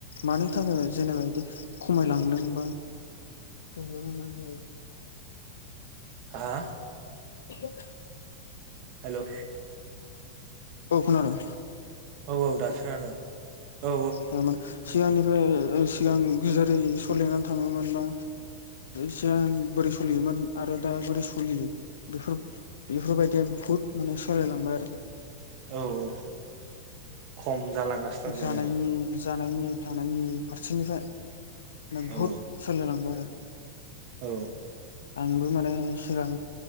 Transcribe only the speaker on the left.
मानो थाखाय जेनेबा बिदि खमायलांदोंबा जे बे मानि थाखाय?
<unintelligible>
औ खोनादों।
थारमाने सिगांनिफ्राय जों सिगां गोजोरै सलिना थाङोमोन बा सिगां बोरै सलियोमोन आरो दा बोरै सोलियो बेफोर बेफोरबायदिया बुहुत माने सालायलांबाय आरो
जानायनि
जानायनि थानायनि फारसेनिफ्राय माने बहुद
सोलिलांबाय आरो।
आंबो माने सिगां